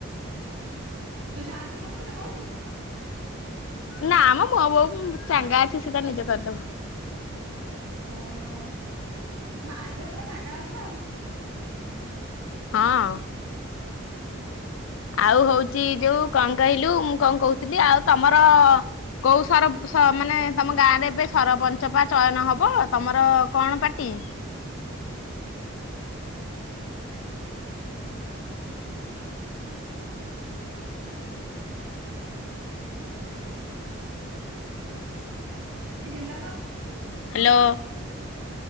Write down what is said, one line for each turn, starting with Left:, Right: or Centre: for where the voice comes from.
Right: ତୁ ସାହାଯ୍ୟ କରିନୁ କି ତୋ ବୋଉ କୁ?
Left: ନା ମ ମୋ ବୋଉ ଚାଙ୍ଗା ଅଛି ସେ ତାର ନିଜେ କରିଦବ।
Right: ଓହୋ ମା ଝିଅ ପୁରା ଚାଙ୍ଗା ଅଛ ଆଉ।
Left: ହଁ। ଆଉ ହଉଛି ଯୋଉ କଣ କହିଲୁ ମୁଁ କଣ କହୁଥିଲି ଆଉ ତମର କୋଉ ସରପଞ୍ଚ ମାନେ ତମ ଗାଁ ରେ ଏବେ ସରପଞ୍ଚ ପା ଚୟନ ହବ, ତମର କଣ ପାର୍ଟି?
Right: ଜିନ୍ଦାବାଦ।
Left: ହ୍ୟାଲୋ।